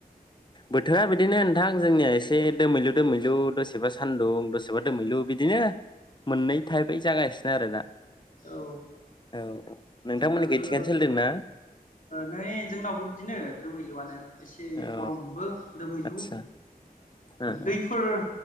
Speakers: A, on the left; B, on the left.
A: बोथोरा बिदिनो नोंथां जोंनिया एसे दोमैलु दोमैलु दसेबा सान्दुं, दसेबा दोमैलु बिदिनो मोननै थाइपयै जागासिनो आरो दा।
B: औ
A: औ नोंथांमोननिखै
B: जोंनाबो
A: थिगानो सोलिदोंना
B: नै जोंनावबो बिदिनो। दोमैलुआनो। एसे
A: औ
B: गरमबो दोमैलु
A: आदसा ओ
B: दैफोर
A: ओ